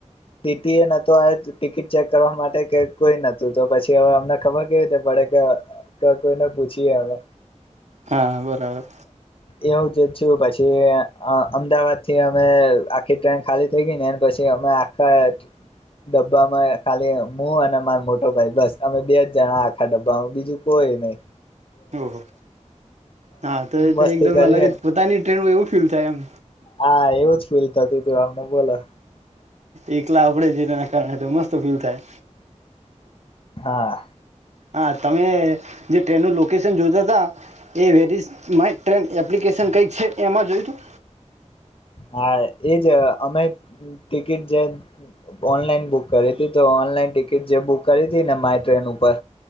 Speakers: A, on the left (about 45°); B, on the right (about 65°).
A: ટીટીએ નતો આ ટિકિટ ચેક કરવા માટે કે કોઈ નતું તો પછી હવે અમને ખબર કેવી રીતે પડે કે‌ તા કોઈને પૂછીએ અમે.
B: હા, બરાબર.
A: એવું જ પછી અ અમદાવાદથી અમે આખી ટ્રેન ખાલી થઈ ગઈ ને પછી અમે આખા ડબ્બામાં ખાલી મુ અને મારો મોટો ભાઈ બસ અમે બે જ જણા આખા ડબ્બામાં બીજું કોઈ નય.
B: ઓહો, હા તો એતો
A: મસ્તી
B: એકદમ
A: કરીએ
B: અલગ જ
A: ને
B: પોતાની ટ્રેન હોય એવું ફીલ થાય એમ.
A: હા, એવુંજ ફીલ થતુંતું અમને બોલો.
B: એકલા આપડે છે તેના કારણે તો મસ્ત ફીલ થાય.
A: હા
B: હા, તમે જે ટ્રેનનું લોકેશન જોતાતા એ વેરીઝ માય ટ્રેન એપ્લિકેશન કંઈક છે એમાં જોયું હતું.
A: હા, એજ અ અમે ટીકિટ જે ઓનલાઈન બુક કરી - તો ઓનલાઈન ટિકિટ જે બુક કરી હતી. ને માય ટ્રેન ઉપર